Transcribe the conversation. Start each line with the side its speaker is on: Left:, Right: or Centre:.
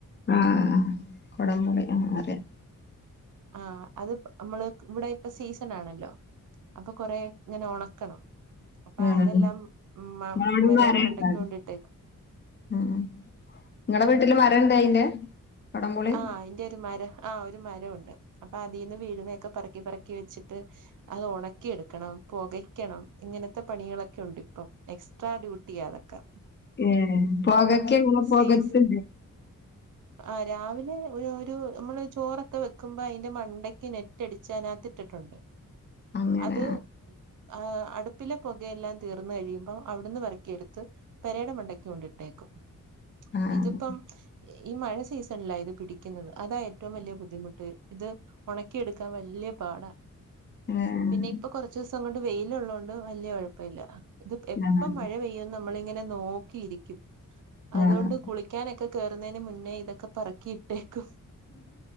Left: ആഹ കൊടം പുളി ആ അറിയാം
Right: ആഹ അത് നമ്മള് ഇവിടെ ഇപ്പ സീസൺ ആണല്ലോ അപ്പൊ കൊറേ ഇങ്ങനെ ഉണക്കണം അപ്പൊ
Left: ആഹ്
Right: അതെല്ലാം മ
Left: അവിടൊന്നും
Right: മരയുടെ
Left: അറിയണ്ട
Right: മണ്ടക്ക് കൊണ്ടിട്ടേക്ക്
Left: ഉം നിങ്ങളടെ വീട്ടില് മരംണ്ട് അയിന്റെ കൊടംപുളി
Right: ആഹ അയിന്റെ ഒരു മരം ആഹ ഒരു മരം ഉണ്ട് അപ്പൊ അതിൽന്ന് വീഴുന്നൊക്കെ പറക്കി പറക്കി വെച്ചിട്ട് അത് ഉണക്കിെടുക്കണം പുകയ്ക്കണം ഇങ്ങനത്തെ പണികളൊക്കെ ഉണ്ട് അപ്പ എക്സ്ട്രാ ഡ്യൂട്ടി അതൊക്കെ
Left: ഏ പോകക്കെ എല്ല പോകത്തേ
Right: സീസ് ആഹ് രാവിലെ ഒരു നമ്മള് ചോറൊക്കെ വെക്കുമ്പോ അതിന്റെ മണ്ടക്ക് നെറ്റടിച്ചതിനകത്ത് ഇട്ടിട്ടുണ്ട്
Left: അങ്ങനെ
Right: അത് ആ അടു ഉപ്പിലെ പുകയെല്ലാം തീർന്ന് കഴിയുമ്പോൾ അവിടുന്ന് പെറക്കിയെടുത്ത് പെരയുടെ മണ്ടക്ക് കൊണ്ടിട്ടേക്കും
Left: ആഹ്
Right: ഇതിപ്പം ഈ മഴ സീസൺ ലാ ഇത് പിടിക്കുന്നത് അതാ ഏറ്റവും വലിയ ബുദ്ധിമുട്ട് ഇത് ഉണക്കിയെടുക്കാൻ വലിയ പാടാ
Left: ആഹ്
Right: പിന്നെ ഇപ്പൊ കൊറച്ച ദിവസം അങ്ങോട്ട് വെയില ഉള്ളതത് കൊണ്ട് വല്യയ കുഴപ്പ ഇല്ല ഇത് എപ്പം
Left: ആഹ്
Right: മഴ പെയ്യന്ന് നമ്മളിങ്ങനെ നോക്കിയിരിക്കും അതുകൊണ്ട്
Left: ആഹ്
Right: കുളിക്കാനൊക്കെ കേയറുന്നതിന് മുന്നേ ഇതൊക്കെ പറക്കിയിട്ടേക്കും